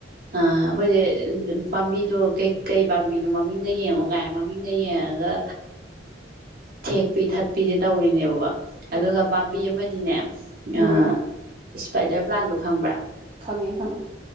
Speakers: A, on the right; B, on the right.
A: ꯑꯩꯈꯣꯏꯁꯦ ꯄꯥꯝꯕꯤꯗꯣꯩ ꯀꯩ ꯄꯥꯝꯕꯤꯅꯣ ꯃꯃꯤꯡꯒ ꯌꯦꯡꯉꯣ ꯀꯥꯏ ꯃꯃꯤꯡꯒ ꯌꯦꯡꯉꯒ ꯊꯦꯛꯄꯤ ꯊꯠ ꯄꯤꯖꯦ ꯇꯧꯔꯤꯅꯦꯕꯀꯣ ꯑꯗꯨꯒ ꯄꯥꯝꯕꯤ ꯑꯃꯗꯤꯅꯦ
B: ꯎꯝ
A: ꯑ ꯏꯁꯄꯥꯏꯗꯔ ꯄ꯭ꯂꯥꯟꯗꯣ ꯈꯪꯕ꯭ꯔꯥ
B: ꯈꯪꯉꯦ ꯈꯪꯉꯦ